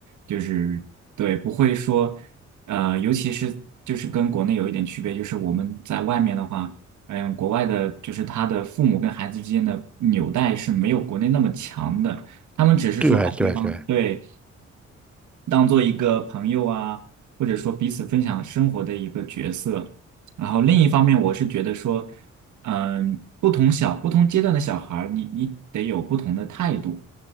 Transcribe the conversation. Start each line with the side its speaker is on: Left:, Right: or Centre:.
Right: 就是对，不会说，呃，尤其是就是跟国内有一点区别，就是我们在外面的话，嗯，国外的就是他的父母跟孩子之间的纽带是没有国内那么强的，他们只是说把对方对。
Centre: 对对对
Right: 当做一个朋友啊，或者说彼此分享生活的一个角色。然后另一方面，我是觉得说，嗯，不同小不同阶段的小孩儿，你你得有不同的态度。